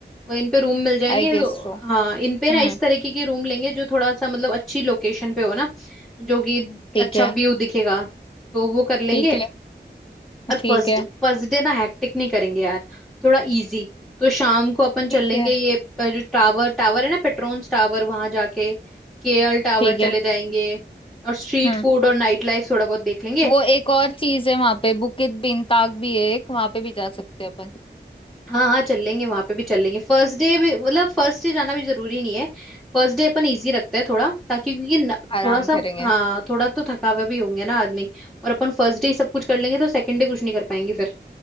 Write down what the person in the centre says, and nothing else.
वो इन पे रूम मिल जाएंगे
तो
हाँ इन पे
ना इस तरीके की रूम लेंगे जो थोड़ा सा मतलब अच्छी लोकेशन पे हो ना जो कि
अच्छा
व्यू दिखेगा तो वो कर लेंगे
और
फर्स्ट
फर्स्ट डे ना हैक्टिक नहीं करेंगे यार थोड़ा इजी तो शाम को अपन चल
लेंगे
ये अ, जो टावर टावर है ना पेट्रोन्स टावर वहां जाके केएल टावर
चले
जाएंगे और स्ट्रीट
फूड और नाइट लाइफ थोड़ा बहुत देख लेंगे
हाँ हाँ चल लेंगे वहां पे भी चल लेंगे फर्स्ट डे भी मतलब फर्स्ट डे जाना भी जरूरी नहीं है फर्स्ट डे अपन इजी रखते हैं थोड़ा ताकि क्योंकि न,
थोड़ा सा
हाँ थोड़ा तो थकावे भी होंगे ना आदमी और अपन फर्स्ट डे सब कुछ कर लेंगे तो सेकंड डे कुछ नहीं कर पाएंगे फिर